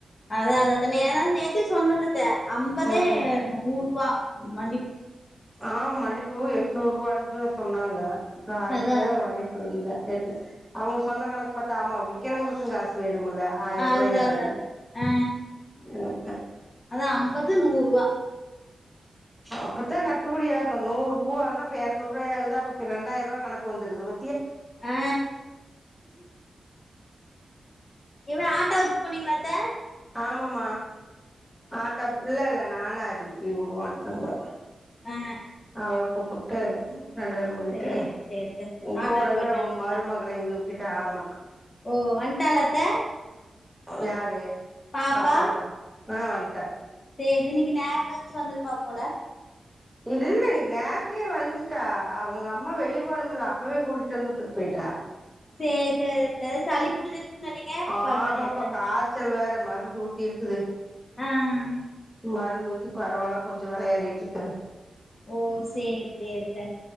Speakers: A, on the left (about 45°); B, in the centre.
A: அதா அதத்த நேன நேத்த சொன்னலத்த ஐம்பதே
B: ம் ம்
A: நூறு ரூபா மல்லிப்
B: ஆ மல்லிப்பூ எட்நூறு ரூவான்ச்சு சொன்னாங்க இப்ப அரை
A: அதா
B: கிலோதா வாங்கிட்டு வந்தே எட்ன அவங்க சொன்ன கணக்கு பாத்தா ஆமா விக்கிறவங்களுக்கு காசு வேண் ணுமில்ல ஆயிர
A: அதா
B: ரூவாய்
A: அதா
B: ஆகுது
A: அதா அத்த ஆ
B: ம்
A: அதா அம்பது நூறு ரூவா
B: அப்பத்தா கட்டுப்படி ஆகு நூறு பூவு வாங்குனா அப்ப எறனுறுவாயா ஆகுதா அப்பக்கு ரெண்டாயிரம் ரூபா கணக்கு வந்துடுது வ
A: ஆ இவ ஆட்டோ வெச்சு போனீங்களாத்தே
B: ஆமம்மா ஆட்ட இல்லல்ல நான அரி இவோட்டபோ
A: ஆ
B: அவ்வள கூப்புட்டு ரெண்டு பேரும் போயிட்டு
A: சேரி சேரி சேரி
B: உ
A: ஆட்டோல
B: கூடவே
A: போயிட்டு வந்ட்டீங்களா
B: உம் மருமகளையு தூக்கிட்டு ஆமா
A: ஓ வன்ட்டாலாத்த
B: யாரு
A: பாப்பா
B: பாப்பாவா ஆ வன்ட்டா
A: எதினிக்கி நேர கழிச்சு வந்துருப்பா போல
B: இல்ல இன்னைக்கி நேரத்துலயே வந்துட்டா அவங்க அம்மா வெளிய போனும்ல அப்பவே கூட்டுட்டு வந்து வுட்டுட்டுப் போயிட்டா
A: சேரி சேரித்தே சளி புடிச்சிருக்குன்னு சொன்னீங்க இப்ப
B: ஆமாப்பா
A: பரவாயில்லாத்தே
B: காய்ச்சல் வேற மருந்து ஊத்தி இருக்குது
A: ஆஹ்
B: மருந்து ஊத்தி பரவாயில்ல கொஞ்சோ வெளையாடிட்டு இருக்குது
A: ஓ சேரி சேரி அத்த